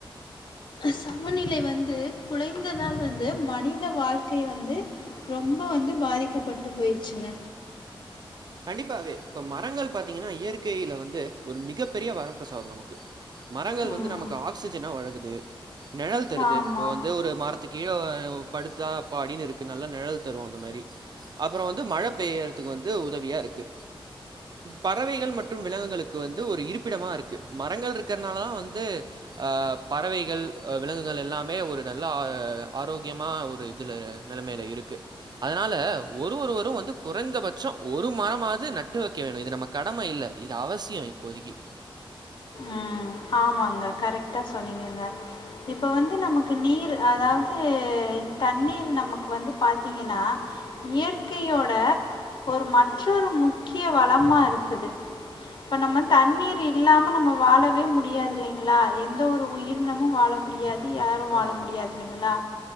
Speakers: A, on the left; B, on the right.
A: சமநிலை வந்து குழைந்ததாள் வந்து மனித வாழ்க்கை வந்து ரொம்ப வந்து பாதிக்கப்பட்டு போயிடுச்சுங்க
B: கண்டிப்பாவே இப்ப மரங்கள் பாத்தீங்கன்னா இயற்கையில வந்து ஒரு மிகப்பெரிய வரப்பிரசாதோ நமக்கு மரங்கள்
A: ம்.
B: வந்து நமக்கு ஆக்சிஜன வழங்குது நிழல் தருது
A: ஆமா.
B: இப்ப வந்து ஒரு மரத்துக் கீழ ஒ படுத்தா அப்பாடினுருக்கு நல்லா நிழல் தரு அந்த மாரி அப்றோ வந்து மழ பெய்யறதுக்கு வந்து உதவியா இருக்கு பறவைகள் மற்றும் விலங்குகளுக்கு வந்து ஒரு இருப்பிடமா இருக்கு மரங்கள் இருக்கறனால தா வந்து ஆ பறவைகள் விலங்குகள் எல்லாமே ஒரு நல்லா ஆரோக்கியமா ஒரு இதுல நிலைமையில இருக்கு அதனால ஒரு ஒருவரு வந்து குறைந்தபட்சோ ஒரு மரமாவது நட்டு வைக்க வேணு இது நம்ம கடம இல்ல இது அவசியோ இப்போதைக்கி
A: ஆ ஆமாங்க கரெக்ட்டாக சொன்னிங்கங்க இப்ப வந்து நமக்கு நீர் அதாவது தண்ணீர் நமக்கு வந்து பாத்தீங்கன்னா இயற்கையோட ஒரு மற்றொரு முக்கிய வளமா இருக்குது இப்ப நம்ம தண்ணீர் இல்லாம நம்ம வாழ வே முடியாது இல்லிங்களா எந்த ஒரு உயிரினமு வாழ முடியாது யாரு வாழ
B: ஆமாமா.
A: முடியாது இல்லிங்களா